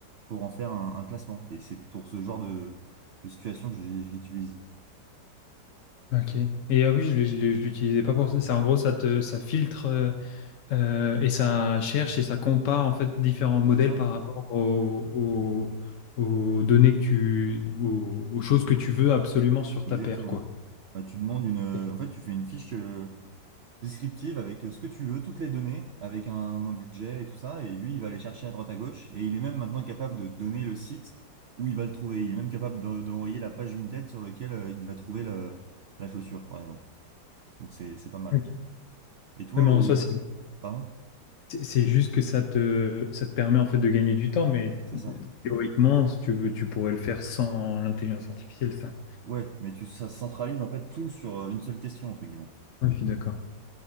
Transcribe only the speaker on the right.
pour en faire un, un classement. Et c'est pour ce genre de, de situation que j'ai- j'utilise. Ouais,
C'est ça.
Exactement.
Bah, tu demandes une, euh,
en fait, tu fais une fiche. euh, descriptive avec euh, ce que tu veux, toutes les données, avec un, un budget et tout ça. Et lui, il va aller chercher à droite à gauche. Et il est même maintenant capable de donner le site où il va le trouver. Il est même capable de- d'envoyer la page Vinted sur laquelle euh, il va trouver le- la chaussure, par exemple. Donc c'est, c'est pas mal.
Et toi,
au...
Pardon?
C'est ça.
Ouais, mais tu, ça centralise en fait tout sur euh, une seule question, entre guillemets.